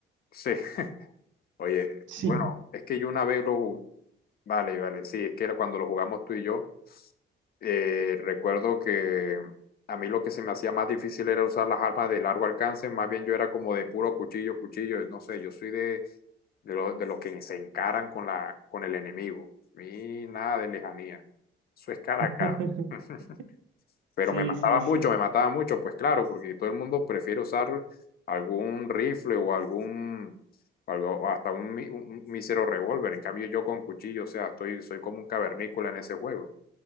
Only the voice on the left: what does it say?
sí. Oye,
bueno, es que yo una vez lo jugué, vale, vale, sí, es que cuando lo jugamos tú y yo Eh, recuerdo que a mí lo que se me hacía más difícil era usar las armas de largo alcance, más bien yo era como de puro cuchillo, cuchillo, no sé, yo soy de, de, lo- de los que se encaran con la, con el enemigo. A mí nada de lejanía, eso es cara
a cara. <laughs> Pero
me mataba
mucho, me mataba mucho, pues claro, porque todo el mundo prefiere usar algún rifle o algún, algo- o hasta un, mi- un- un mísero revólver. En cambio yo con cuchillo, o sea, estoy, soy como un cavernícola en ese juego,